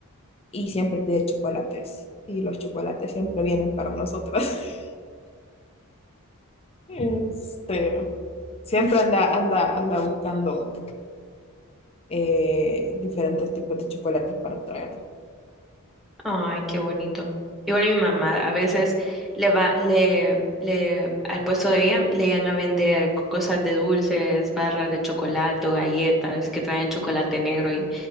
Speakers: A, on the left (about 25°); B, in the centre.
A: y siempre pide chocolates. Y los chocolates siempre vienen para nosotras. <laughs> Este, siempre anda, anda, anda buscando eh, diferentes tipos de chocolates para traernos.
B: Ay, qué bonito. Igual mi mamá, a veces le va, le, le, al puesto de ella le iban a vender co- cosas de dulces, barras de chocolate, o galletas que traen chocolate negro y,